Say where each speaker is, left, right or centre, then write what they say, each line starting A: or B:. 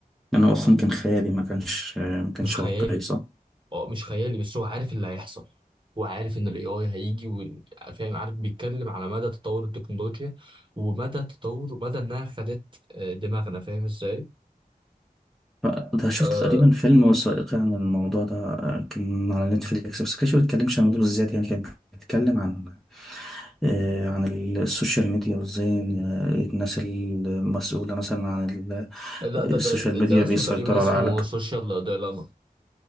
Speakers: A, in the centre; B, on the right.
A: انا اصلا كان خيالي ما كانش ما كانش
B: مش خيالي
A: واقعي صح
B: اه مش خيالي بس هو عارف اللي هيحصل هو عارف ان الاي اي هيجي وال- فاهم عارف بيتكلم على مدى تطور التكنولوجيا ومدى تطور مدى انها خدت آه، دماغنا فاهم ازاي؟
A: ف- ده شفت
B: آه
A: تقريبا فيلم وثائقي عن الموضوع ده آه، كان على نتفليكس بس كانش بيتكلمش عن الموضوع بالذات يعني كان بيتكلم عن آه، عن ال- السوشيال ميديا وازاي إن- آه، الناس المسؤولة مثلا عن ال- آه،
B: لا ده
A: السوشيال
B: ده
A: ميديا
B: ده اسمه
A: بيسيطروا
B: تقريبا اسمه
A: على عقلك
B: سوشيال ديلاما